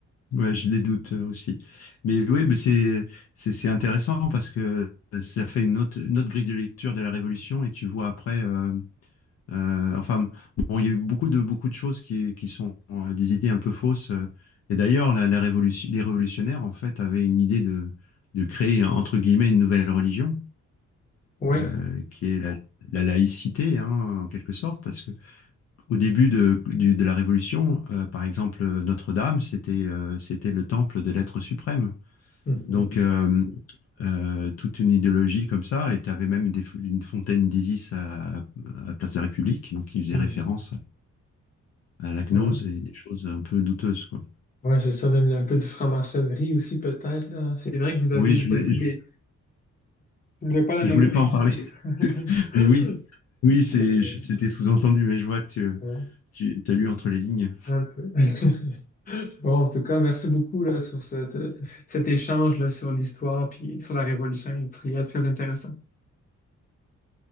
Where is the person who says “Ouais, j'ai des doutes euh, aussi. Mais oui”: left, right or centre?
Left